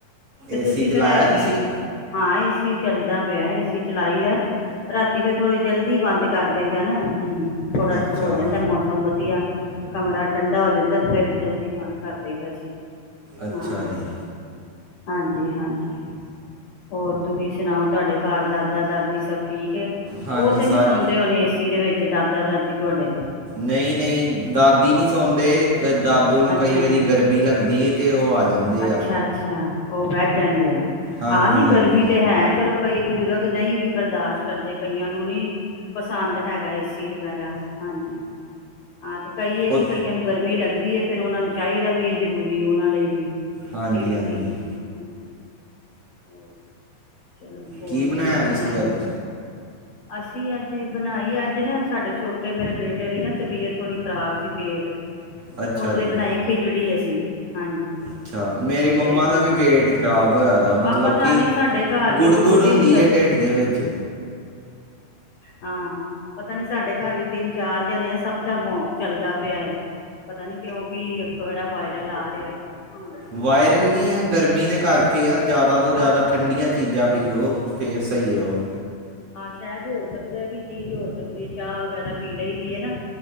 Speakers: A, on the left; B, on the right.
A: ਤੇ
B: ਏਸੀ
A: ਤੁਸੀਂ
B: ਚਲਾਇਆ
A: ਫਿਰ <unintelligible>
B: ਤੁਸੀਂ
A: ਹਾਂ ਏਸੀ ਚੱਲਦਾ ਪਿਆ ਏਸੀ ਚਲਾਈ ਦਾ ਰਾਤੀ ਫੇਰ ਥੋੜੇ ਜਲਦੀ ਬੰਦ ਕਰ ਦੇਈ ਦਾ ਨਾ ਹਮ ਥੋੜ੍ਹਾ
B: ਅੱਛਾ
A: ਹੋ ਜਾਂਦਾ ਮੌਸਮ ਵਧੀਆ ਕਮਰਾ ਠੰਡਾ ਹੋ ਜਾਂਦਾ ਫਿਰ ਜਲਦੀ ਬੰਦ ਕਰਦੇਈ ਦਾ ਅਸੀ
B: ਅੱਛਾ
A: ਹਾਂ
B: ਜੀ
A: ਹਾਂਜੀ ਹਾਂਜੀ ਹੋਰ ਤੁਸੀਂ ਸੁਣਾਓ ਤੁਹਾਡੇ ਘਰ ਦਾਦਾ ਦਾਦੀ ਸਭ ਠੀਕ ਹੈ
B: ਹਾਂਜੀ
A: ਉਹ ਤੇ ਨੀ
B: ਸਰ
A: ਸੌਦੇ ਹੋਣ ਏਸੀ ਦੇ ਵਿੱਚ ਦਾਦਾ ਦਾਦੀ ਤੁਹਾਡੇ
B: ਨਹੀਂ ਨਹੀਂ ਦਾਦੀ ਨਹੀਂ ਸੌਂਦੇ ਦਾਦੂ ਨੂੰ
A: ਅੱਛਾ
B: ਕਈ ਵਾਰੀ ਗਰਮੀ ਲੱਗਦੀ ਹੈ ਅਤੇ ਉਹ ਆ ਜਾਂਦੇ
A: ਅੱਛਾ
B: ਆ
A: ਅੱਛਾ ਉਹ ਬਹਿ ਜਾਂਦੇ ਆ
B: ਹਾਂਜੀ
A: ਆਹ ਨਹੀਂ
B: ਹਾਂਜੀ
A: ਗਰਮੀ ਤੇ ਹੈ ਚਲੋ ਕਈ ਬਜ਼ੁਰਗ ਨਹੀਂ ਵੀ ਬਰਦਾਸ਼ਤ ਕਰਦੇ ਕਈਆਂ ਨੂੰ ਨਹੀਂ ਪਸੰਦ ਹੈਗਾ ਏ ਸੀ ਵਗੈਰਾ ਹਾਂਜੀ ਹਾਂ ਤੇ ਕਈ ਹੈ
B: ਉਹ
A: ਕਿ ਕਈਆਂ ਨੂੰ ਗਰਮੀ ਲੱਗਦੀ ਫਿਰ ਉਹਨਾਂ ਨੂੰ ਚਾਹੀਦਾ ਵੀ ਇਹ ਜ਼ਰੂਰੀ ਉਹਨਾਂ ਲਈ ਵੀ ਇਹ
B: ਹਾਂਜੀ
A: ਵੀ
B: ਹਾਂਜੀ
A: ਚੀਜ਼ ਹੈ ਹੋਰ ਚਲੋ ਹੋਰ
B: ਕੀ ਬਣਾਇਆ
A: ਤੁਸੀ
B: ਤੁਸੀਂ
A: ਸੁਣਾਓ
B: ਅੱਜ
A: ਅਸੀਂ ਅੱਜ ਬਣਾਈ ਅੱਜ ਨਾ ਸਾਡੇ ਛੋਟੇ ਮੇਰੇ ਬੇਟੇ ਦੀ ਨਾ ਤਬੀਅਤ ਥੋੜੀ ਖਰਾਬ ਸੀ ਪੇਟ ਉਸ
B: ਅੱਛਾ
A: ਲਈ
B: ਜੀ
A: ਬਣਾਈ ਖਿਚੜੀ ਅਸੀ ਹਾਂਜੀ
B: ਅੱਛਾ ਮੇਰੀ ਮੰਮਾ
A: ਤੇ
B: ਦਾ
A: ਹਾਂ
B: ਵੀ ਪੇਟ ਖ਼ਰਾਬ ਹੋਇਆ ਦਾ ਮਤਲਬ
A: ਆਹ ਪਤਾ
B: ਕਿ
A: ਨੀ ਸਾਡੇ ਘਰ
B: ਗੁੜ
A: ਵੀ ਦੋ
B: ਗੁੜ
A: ਤਿੰਨ
B: ਹੁੰਦੀ
A: ਜ
B: ਹੈ ਢਿੱਡ ਦੇ ਵਿੱਚ
A: ਹਾਂ ਪਤਾ ਨੀ ਸਾਡੇ ਘਰ ਵੀ ਤਿੰਨ ਚਾਰ ਜਣੇ ਆ ਸਭ ਦਾ ਮੌ ਚੱਲਦਾ ਪਿਆ ਹੈ ਪਤਾ ਨੀ ਕਿਉਂ ਕੀ ਇੱਕ ਕਿਹੜਾ ਵਾਇਰਲ ਆ ਰਿਹਾ ਹਾਂ
B: ਵਾਇਰਲ ਨਹੀਂ ਆ ਗਰਮੀ ਦੇ ਕਰਕੇ ਆ ਜ਼ਿਆਦਾ ਤੋਂ ਜ਼ਿਆਦਾ
A: ਆ
B: ਠੰਡੀਆਂ ਚੀਜ਼ਾਂ ਪੀਓ ਫਿਰ ਸਹੀ ਰਹੋ
A: ਹਾਂ ਸ਼ਾਇਦ ਹੋ ਸਕਦਾ ਵੀ ਚੀਜ਼ ਹੋ ਸਕਦੀ ਹੈ ਚਾਹ ਵਗੈਰਾ ਪੀ ਲਈ ਦੀ ਹੈ ਨਾ